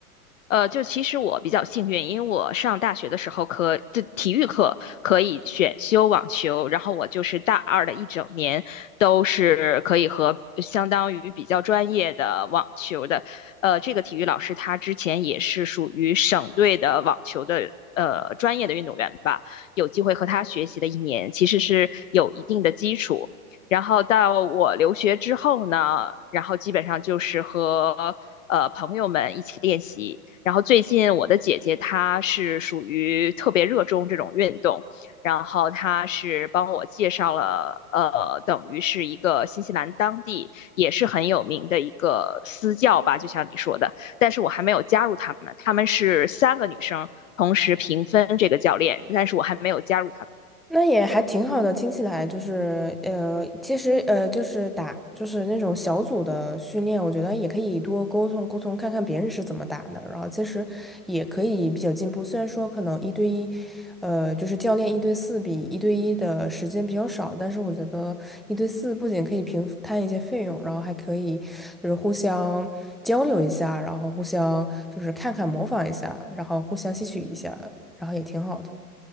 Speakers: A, on the left; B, in the centre.
A: 呃，就其实我比较幸运，因为我上大学的时候可，就体育课可以选修网球，然后我就是大二的一整年都是可以和相当于比较专业的网球的，呃，这个体育老师他之前也是属于省队的网球的。呃，专业的运动员吧，有机会和他学习的一年，其实是有一定的基础。然后到我留学之后呢，然后基本上就是和呃朋友们一起练习，然后最近我的姐姐她是属于特别热衷这种运动，然后她是帮我介绍了，呃，等于是一个新西兰当地也是很有名的一个私教吧，就像你说的，但是我还没有加入他们，他们是三个女生同时平分这个教练，但是我还没有加入他们，
B: 那也还挺好的，听起来就是呃，其实呃，就是打就是那种小组的训练，我觉得也可以多沟通沟通，看看别人是怎么打的，然后其实也可以比较进步。虽然说可能一对一，呃，就是教练一对四比一对一的时间比较少，但是我觉得一对四不仅可以平摊一些费用，然后还可以就是互相交流一下，然后互相就是看看模仿一下，然后互相吸取一下，然后也挺好的。